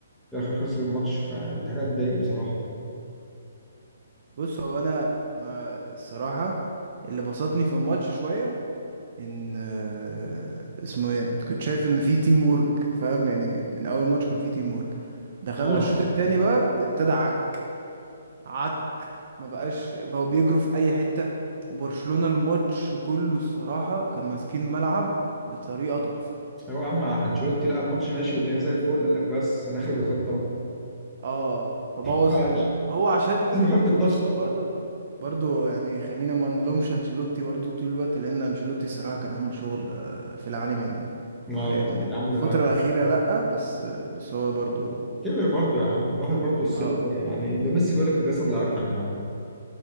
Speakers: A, in the centre; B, on the right (about 45°).
A: في الاخر خسر الماتش فدي حاجه تضايق بصراحه
B: بص هو انا انا الصراحه اللي بسطني في الماتش شويه ان آه، اسمه ايه كنت شايف ان في تيم ورك فاهم يعني من اول ماتش كان في تيم ورك دخلنا
A: اه
B: الشوط التاني بقى ابتدى عك عك ما بقاش بقوا بيجروا في اي حتة وبرشلونة الماتش كله الصراحة كانوا ماسكين ملعب بطريقة تحفة
A: هو يا عم انشيلوتي لقى الماتش ماشي والدنيا زي الفل قال لك بس انا اخر الخطه بقى
B: اه فبوظ
A: معلش.
B: الدنيا هو عشان
A: لازم يحط التاتش
B: بص هو برضه
A: بتاعه.
B: برضه يعني خلينا ما نلومش انشيلوتي برضه طول الوقت لان انشيلوتي الصراحه كان عامل شغل آه، في العالي منه مع
A: آه،
B: ريال
A: يا
B: مدريد
A: عم
B: الفتره
A: ده
B: الاخيره لا بس آه، بس هو برضه
A: كبر برضه يا عم الواحد برضه السن
B: اه
A: يعني ده ميسي بيقول لك الجسد لا يرحم يا عم